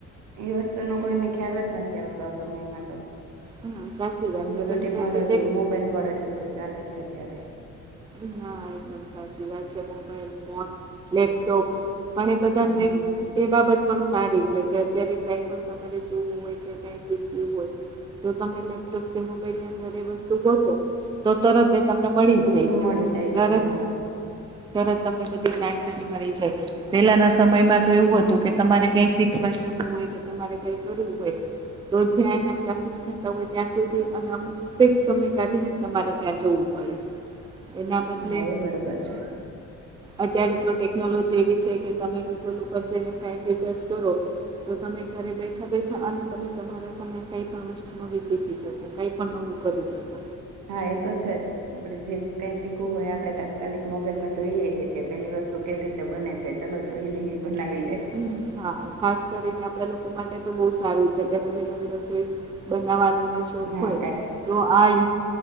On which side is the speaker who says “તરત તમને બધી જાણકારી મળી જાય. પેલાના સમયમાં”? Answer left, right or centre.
Right